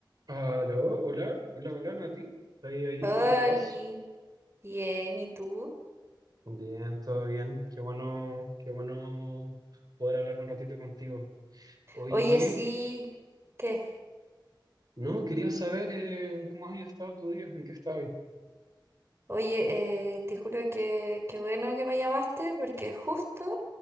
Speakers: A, on the right; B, on the right.
A: Aló, hola, hola, hola Nati, ¿estás ahí? ahí?
B: Oli,
A: ¿Cómo estás?
B: bien, ¿y tú?
A: Bien, todo bien, qué bueno, qué bueno poder hablar un ratito contigo. Oye,
B: Oye, sí, ¿qué?
A: no, quería saber eh, cómo has estado tu día, en qué estabas.
B: Oye, eh, te juro que qué bueno que me llamaste porque justo